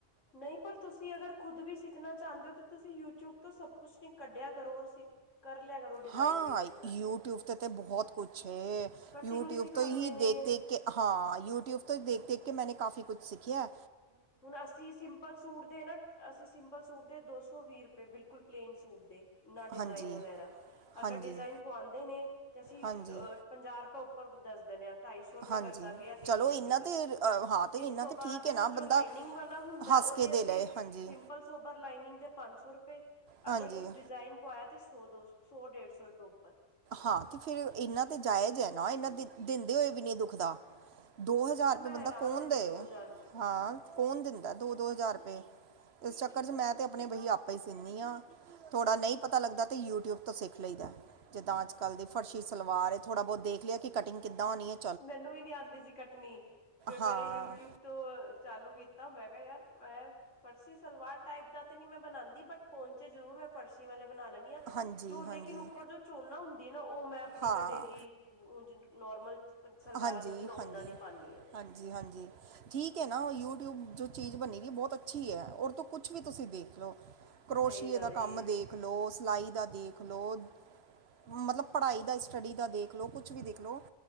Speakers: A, on the left (about 85°); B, on the right (about 60°).
A: ਨਈਂ, ਪਰ ਤੁਸੀਂ ਅਗਰ ਖੁਦ ਵੀ ਸਿੱਖ ਸਿੱਖਣਾ ਚਾਂਦੇ ਓ ਤਾਂ, ਤੁਸੀਂ ਯੂਟਿਊਬ ਤੋਂ ਸਭ ਕੁਛ ਨ ਕੱਢਿਆ ਕਰੋ ਔਰ ਸਿੱਖ ਕਰ ਲਿਆ ਕਰੋ ਡਿਜ਼ਾਇਨ
B: ਹਾਂ,
A: ਵੀ ਸੂਟਾਂ
B: ਯੂਟਿਊਬ ਤੇ ਤੇ ਬਹੋਤ ਕੁਛ ਏ,
A: ਕਟਿੰਗ
B: ਯੂਟਿਊਬ
A: ਵੀ ਸਿਖਾਉਂਦੇ
B: ਤੋਂ ਹੀ ਦੇਖ-ਦੇਖ
A: ਨੇ
B: ਕੇ ਕਿ ਹਾਂ, ਯੂਟਿਊਬ ਤੋਂ ਦੇਖ-ਦੇਖ ਕੇ ਮੈਨੇ ਕਾਫ਼ੀ ਕੁਛ ਸਿੱਖੀਐ।
A: ਹੁਣ, ਅਸੀਂ ਸਿੰਪਲ ਸੂਟ ਦੇਨਾਂ ਅਸੀਂ ਸਿੰਪਲ ਸੂਟ ਦੇ ਦੋ ਸੌ ਵੀਹ ਰੁਪਏ ਬਿਲਕੁਲ ਪਲੇਨ ਸੂਟ ਦੇ ਨਾ ਡਿਜ਼ਾਇਨ
B: ਹਾਂਜੀ
A: ਵਗੈਰਾ, ਅਗਰ
B: ਹਾਂਜੀ
A: ਡਿਜ਼ਾਇਨ ਪੂਆਂਦੇ ਨੇ ਤੇ ਅਸੀਂ
B: ਹਾਂਜੀ
A: ਅ ਪੰਜਾਹ ਰੁਪਏ ਉੱਪਰ ਦੱਸ ਦੇਨੇਂ ਆ। ਢਾਈ ਸੌ ਰੁਪਏ
B: ਹਾਂਜੀ
A: ਕਰਦਾਂਗੇ ਯਾਂ ਤਿੰਨ
B: ਚਲੋ
A: ਸੌ
B: ਇੰਨਾ
A: ਰੁਪਏ ਬਸ
B: ਤੇ ਅ, ਹਾਂ ਤੇ
A: ਇਸ
B: ਇੰਨਾ
A: ਤੋਂ
B: ਤੇ
A: ਬਾਦ
B: ਠੀਕ ਹੈ ਨਾ
A: ਜੋ
B: ਬੰਦਾ
A: ਲਾਈਨਿੰਗ ਵਾਲਾ ਹੁੰਦੈ,
B: ਹੱਸ
A: ਓਦੇ
B: ਕੇ ਦੇ
A: ਅਸੀਂ
B: ਲਏ ਹਾਂਜੀ
A: ਸਿੰਪਲ ਸੋਬਰ ਲਾਈਨਿੰਗ ਦੇ ਪੰਜ ਸੌ ਰੁਪਏ
B: ਹਾਂਜੀ
A: ਅਗਰ ਕੁਛ ਡਿਜ਼ਾਇਨ ਪੂਆਯਾ ਤੇ ਸੌ ਡੇੜ ਸੌ ਰੂਪੇ ਉਪਰ ਬਸ-
B: ਹਾਂ ਤੇ ਫਿਰ ਏਨਾਂ ਤੇ ਜਾਇਜ ਐ ਨਾ, ਏਨਾਂ ਦਿੰਦੇ ਹੋਏ ਵੀ ਨੀਂ ਦੁਖਦਾ। ਦੋ ਹਜ਼ਾਰ
A: ਉਹੀਓ ਮੈਂ
B: ਰਪੇ ਬੰਦਾ
A: ਹੈਰਾਨ
B: ਕੌਣ
A: ਹੋ ਗਈ
B: ਦੇਐ,
A: ਦੋ ਹਜ਼ਾਰ ਰੁਪਏ
B: ਹਾਂ ਕੌਣ ਦਿੰਦਾ ਦੋ-ਦੋ ਹਜਾਰ ਰੂਪੇ। ਏਸ ਚੱਕਰ ਚ ਮੈਂ ਤੇ ਅਪਨੇ ਬਈ ਆਪੇ ਈ ਸੀਨੀ ਆਂ। ਥੋੜ੍ਹਾ ਨਈਂ ਪਤਾ ਲੱਗਦੈ ਤਾਂ ਯੂਟਿਊਬ ਤੋਂ ਸਿੱਖ ਲਈਦੈ। ਜਿੱਦਾਂ ਅੱਜ-ਕੱਲ ਦੀ ਫਰਸ਼ੀ ਸਲਵਾਰ ਏ, ਥੋੜਾ ਬੋਤ ਦੇਖ ਲੇਆ ਕੀ ਕਟਿੰਗ ਕਿੱਦਾਂ ਹੋਣੀ ਏ।
A: ਮੈਨੂੰ ਵੀ ਨੀ ਆਂਦੀ ਸੀ ਕੱਟਣੀ, ਫੇਰ
B: ਹਾਂ
A: ਮੈਂਨੇ ਯੂਟਿਊਬ ਤੋਂ ਚਾਲੂ ਕੀਤਾ, ਮੈਂ ਕੇਯਾ ਯਾਰ ਮੈਂ ਫਰਸੀ ਸਲਵਾਰ ਟਾਈਪ ਦਾ ਤੇ ਨੀ ਮੈਂ ਬਨਾਂਦੀ ਬਟ ਪੋਂਚੇ ਜਰੂਰ ਮੈਂ ਫਰਸ਼ੀ ਵਾਲੇ ਬਣਾ ਲੈ ਨੀਆਂ,
B: ਹਾਂਜੀ
A: ਜੋ ਲੇਕਿਨ
B: ਹਾਂਜੀ
A: ਉੱਪਰ ਜੋ ਚੋਨਾ ਹੁੰਦੀ ਐਨਾ, ਓ ਮੈਂ ਆਪਣੀ
B: ਹਾਂ
A: ਜੋ ਡੇਲੀ ਨੋਰਮਲ ਸਲਵਾਰਾਂ
B: ਹਾਂਜੀ-ਹਾਂਜੀ,
A: ਦੀ ਹੁੰਦੀ ਨਾ ਓਦਾਂ ਦੀ ਪਾਨੀ ਆ
B: ਹਾਂਜੀ-ਹਾਂਜੀ। ਠੀਕ ਐਨਾ, ਓ ਯੂਟਿਊਬ ਜੋ ਚੀਜ਼ ਬਨੇਗੀ ਬੋਤ ਅੱਛੀ ਐ, ਓਦੇ ਤੋਂ ਕੁਛ ਵੀ ਤੁਸੀਂ ਦੇਖ ਲੋ। ਕਰੋਸਸ਼ਿਏ
A: ਸਹੀ ਗੱਲ
B: ਦਾ ਕੰਮ
A: ਏ
B: ਦੇਖ ਲੋ, ਸਿਲਾਈ ਦਾ ਦੇਖ ਲੋ। ਮਤਲਬ, ਪੜ੍ਹਾਈ ਦਾ, ਸਟੱਡੀ ਦਾ ਦੇਖ ਲਉ, ਕੁਛ ਵੀ ਦੇਖ ਲਓ।